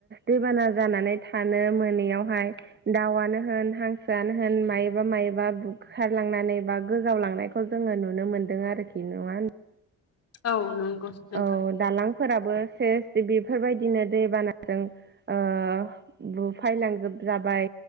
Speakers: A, on the right; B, on the left.
A: दैबाना जानानै थानो मोनैयावहाय दाउआनो होन हांसोआनो होन मायोबा मायोबा बुखारलांनानै बा गोजावलांनायखौ जोंङो नुनो मोनदों आरोखि नङा
B: औ नंगौ नोंथां।
A: औ दालांफोराबो सेस बेदि बेफोरबायदिनो दैबानाजों ओ बुफायलांजोब जाबाय।